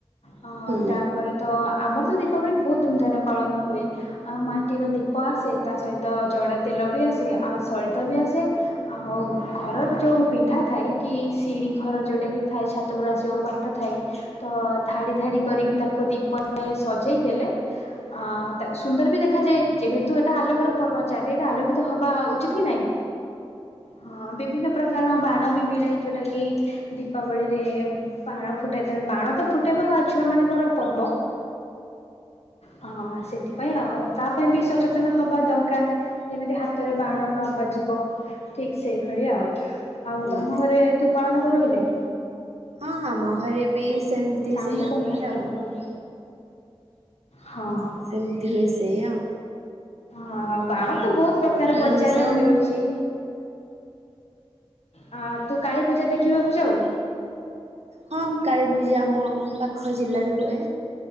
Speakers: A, on the left; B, on the right.
A: ହଁ ହଁ
B: ହୁଁ
A: ତାପରେ ତ ଆମର ତ ଦୀପାବଳି ବହୁତ ଧୁମଧାମ ରେ ପାଳନ ହୁଏ। ଆ ମାଟିର ଦୀପ ଆସ୍ ଆସେ। ତା ସହିତ ଜଡା ତେଲ ବି ଆସେ। ଆ ସଳିତା ବି ଆସେ। ଆଉ ଘରର ଯୋଉ ପିଣ୍ଢା ଥାଏ କି ଶି଼ିଡିଘର ଯୋଉଟାକି ଥାଏ ଛାତ ଉପରୁ ଆସିବାକୁ ବାଟ ଥାଏ ତ ଧାଡି ଧାଡି କରିକି ତାକୁ ଦୀପ ଅ ସଜେଇ ଦେଲେ ଅ ତାକ୍ ସୁନ୍ଦର ବି ଦେଖାଯାଏ ଯେହେତୁ ଏଟା ଆଲୋକର ପର୍ବ ଚାରିଆ ଆଲୋକିତ ହବା ଉଚିତ କି ନାଇଁ ହଁ ବିଭିନ୍ନ ପ୍ରକାର ବାଣ ବି ମିଳେ ଯୋଉଟା କି ଦୀପାବଳିରେ ବାଣ ଫୁଟାଇଥାଏ ବାଣ ତ ଫୁଟେଇବା ଛୁଆମାନଙ୍କର ପର୍ବ। ହଁ ସେଥିପାଇଁ ଆଉ ତା ପାଇଁ ବି ସଚେତନ ହବା ଦରକାର। ଯେମିତି ହାତରେ ବାଣ ନ ବା ଯିବ ଠିକ ସେଇ ଭଳି ଆଉ। ‍ ଆଉ
B: ହୁଁ
A: ତମ ଘରେ ତୁ ପାଳନ କରୁ କି ନାଇଁ?
B: ହଁ ଆମ ଘରେ ବି ସେମିତି
A: ସାଉଣ୍ଡ
B: ସେଇୟା
A: କହନା
B: ହୁଏ
A: ସାଉଣ୍ଡ
B: ଆଉ
A: କହନା। ହଁ
B: ସେମିତି ହୁଏ ସେଇୟା
A: ହଁ ବାଣ ତ ବହୁତ ପ୍ରକାର ବଜାରରେ
B: ମାସ
A: ମିଳୁଚି। ଅ ତୁ କାଳୀ ପୂଜା ଦେଖିବାକୁ ଯାଉ?
B: ହଁ କାଳୀପୂଜା ଆମ ପାଖ ଜିଲ୍ଲାରେ ହୁଏ।